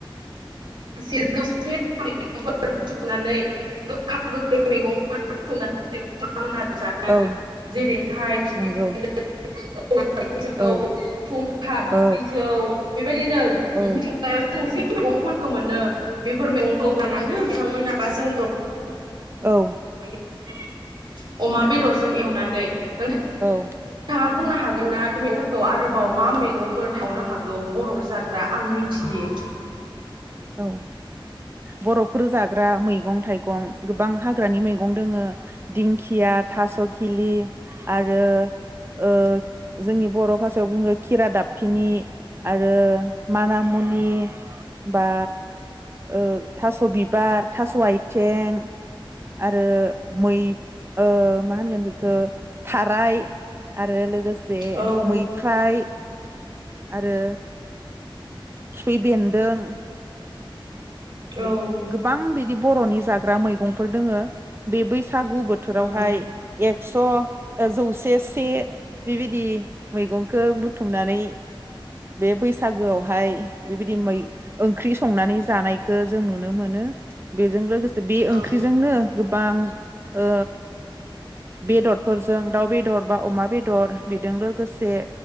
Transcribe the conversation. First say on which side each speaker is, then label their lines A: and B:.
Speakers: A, on the right; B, on the right.
A: ेजौसेैग बुथुमनानै गोखा गोखै मैगंफोरनानै।
B: औ
A: जेरैहाय खिफ
B: नंगौ
A: औव जौ
B: औ
A: फुंखा बिज
B: औ
A: जौ। बेदिनो
B: औ
A: मि। जों जि मैगंफोरखौ मोनो बेफोर मैगं लानानै बिथांमोनि बास जोंबो
B: औ
A: ने अमा बेदरजों एवनानै नों
B: औ
A: थाङा बुंनो हागोनना बेफोर मैगंफोरखौ आरोबाव मा मैगंफोर थावनो हागौ बरफ जाग्रा आं मिथियो
B: औ बर'फोर जाग्रा मैगं थाइगं गोबां हाग्रानि मैगं दोङो दिंखिया थास' खिलि आरो ओ जोंनि बर' भास याव बुङो खिरा दाबफिनि आरो माना मुनि। बा ओ थास' बिबार। थास'आइथें आरो मै ओ मा होनगोन बेखो थाराय आरो लोगोस जे
A: औ
B: मैफ्राय आरो खिफि बेन्दों
A: औ
B: बे गोबां बिद दि बर'नि जाग्रा मैग गंफोर दोङो बे बैसागु बोथोरावहाय
A: औ
B: एकस ओ जौस से से बेबायदि मैगंखो बुथुमनानै बे बैसागोआवहाय बेबायदि मै ओंख्रि संनानै जानाय खो जों नुनो मोनो बेजों लोगोस बे ओंख्रिजोंनो
A: औ
B: गोबां ओ बेदरफोरजों दाउ बेदर बा अमा बेदर बेदों लोगोसे